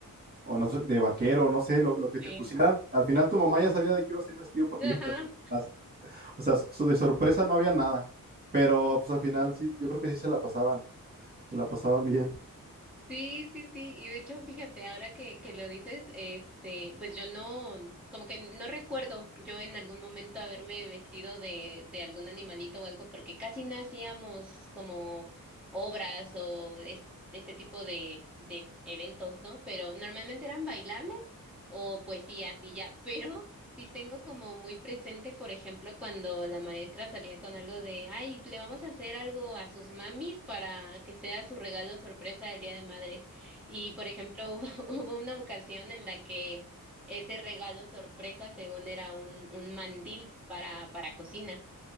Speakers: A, on the right; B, in the centre.
A: o no sé, de vaquero, no sé, lo, lo que te
B: Sí.
A: pusieran. Al final tu mamá ya sabía de qué ibas a ir vestido porque
B: Ajá.
A: ya te hacían las- O sea, so- de sorpresa no había nada. Pero pues al final sí, yo creo que sí se la pasaban, se la pasaban bien.
B: Sí, sí, sí. Y de hecho, fíjate, ahora que, que lo dices, este, pues yo no, como que no recuerdo yo en algún momento haberme vestido de, de algún animalito o algo, porque casi no hacíamos como obras o es- este tipo de, de eventos, ¿no? Pero normalmente eran bailables o poesías y ya. Pero Sí tengo como muy presente, por ejemplo, cuando la maestra salía con algo de, ay, le vamos a hacer algo a sus mamis para que sea su regalo sorpresa del Día de Madres. Y, por ejemplo, <laughs> hubo, hubo una ocasión en la que ese regalo sorpresa, según era un, un mandil para, para cocina.